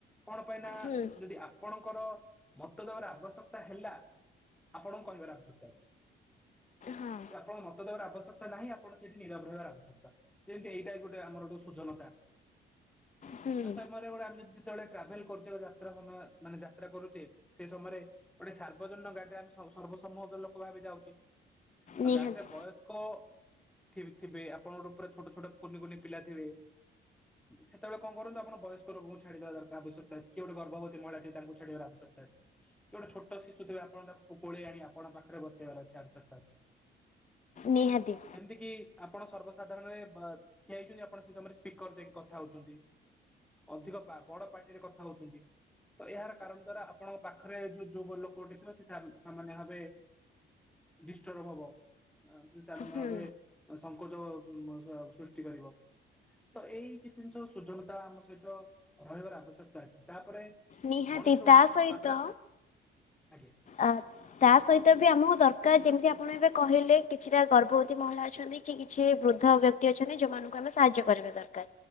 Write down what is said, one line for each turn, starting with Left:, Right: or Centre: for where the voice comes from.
Centre: କଣ ପାଇଁ ନା-ଆ-ଆ
Left: ହୁଁ
Centre: ଯଦି ଆପଣଙ୍କର। ମତ ଦେବାର ଆବଶ୍ୟକତା ହେଲା ଆପଣଙ୍କୁ କହିବାର ଆବଶ୍ୟକତା ଅଛି।
Left: ହଁ
Centre: ଆପଣ ମତ ଦେବାର ଆବଶ୍ୟକ ତା ନାହିଁ ଆପଣ ସେଇଠି ନିରବ ରହିବାର ଆବଶ୍ୟକତା ଯେମିତି ଏଇଟା ଗୋଟେ ଆମର ଗୋଟେ ସୁଜନତା।
Left: ହୁଁ।
Centre: ତା ସମୟରେ ଗୋଟେ ଆମେ ଯଦି ଯେତେବେଳେ ଟ୍ରାଭେଲ କରୁଛେ ବା ଯାତ୍ରା ସମୟ ମାନେ ଯାତ୍ରା କରୁଛେ ସେ ସମୟରେ ଗୋଟେ ସାର୍ବଜନୀନ ଗାଡି ଟା ଆମେ ସର୍ବସମ୍ମତ ଲୋକ ଭାବେ ଯାଉଚି। ତ
Left: ନିହାତି
Centre: ଗାଡିରେ ବୟସ୍କ। ଥିବ ଥିବେ ଆପଣଙ୍କର ପୁରା ଛୋଟ ଛୋଟ କୁନି କୁନି ପିଲା ଥିବେ ସେତେବେଳେ କଣ କରନ୍ତୁ ଆପଣ ବୟସ ରୋଗଙ୍କୁ ଛାଡିଦବା ଦରକାର ଆବଶ୍ୟକତା ଅଛି କିଏ ଗୋଟେ ଗର୍ଭବତୀ ମହିଳା ଥିବେ ତାଙ୍କୁ ଛାଡିବାର ଆବଶ୍ୟକତା ଅଛି କିଏ ଗୋଟେ ଛୋଟ ଶିଶୁ ଥିବ ଆପଣ ତାକୁ କୋଳେଇ ଆଣିବା ଆପଣ ପାଖରେ ବସେଇବାର ଅଛି ଆବଶ୍ୟକତା ଅଛି।
Left: ନିହାତି।
Centre: ଯେମିତି କିି ଆପଣ ସର୍ବସାଧାରଣରେ ବ ଠିଆ ହେଇଛନ୍ତି ଆପଣ ସେ ସମୟରେ ସ୍ପିକର ଦେଇକି କଥା ହଉଛନ୍ତି। ଅଧିକ ବା ବଡ ପାର୍ଟିରେ କଥା ହଉଛନ୍ତି ତ ଏହାର କାରଣ ଦ୍ଵାରା ଆପଣଙ୍କ ପାଖରେ ଯୋଉ ଯୋଉ ଲୋକ ଗଟେ ଥିବ ସେ ସା ସାମାନ୍ୟ ଭାବେ ଡିଷ୍ଟର୍ବ ହବ। ସେମାନେ ଭାବିବେ
Left: ହୁଁ
Centre: ଅ ସଙ୍କୋଚ ଅମ ସୃଷ୍ଟି କରିବ ତ ଏଇ କିଛି ଜିନିଷ ସୁଜନତା ଆମ ସହିତ ରହିବାର ଆବଶ୍ୟକତା ଅଛି ତାପରେ।
Left: ନିହାତି
Centre: ମଣିଷ
Left: ତା ସହିତ
Centre: ପାଖ ଆଜ୍ଞା
Left: ଆ ତା। ସହିତ ବି ଆମକୁ ଦରକାର ଯେମିତି ଆପଣ ଏବେ କହିଲେ କିଛିଟା ଗର୍ଭବତୀ ମହିଳା ଅଛନ୍ତି କି କିଛି ବୃଦ୍ଧ ବ୍ୟକ୍ତି ଅଛନ୍ତି। ଯୋଉମାନଙ୍କୁ ଆମେ ସାହାଯ୍ୟ କରିବା ଦରକାର,